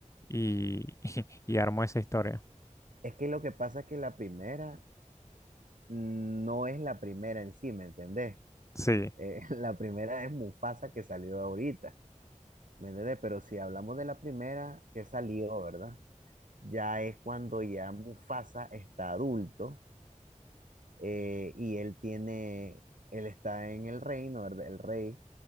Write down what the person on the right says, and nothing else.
Es que lo que pasa es que la primera no es la primera en sí, ¿me entendés?
Eh, <laughs> la primera es Mufasa que salió ahorita, ¿me entiendes? Pero si hablamos de la primera que salió, ¿verdad? Ya es cuando ya Mufasa está adulto eh, y él tiene, él está en el reino, ¿verdad? El rey,